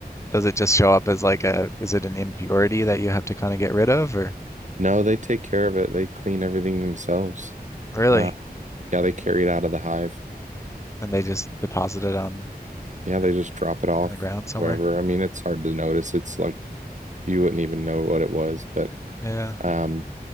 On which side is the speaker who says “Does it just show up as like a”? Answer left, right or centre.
Left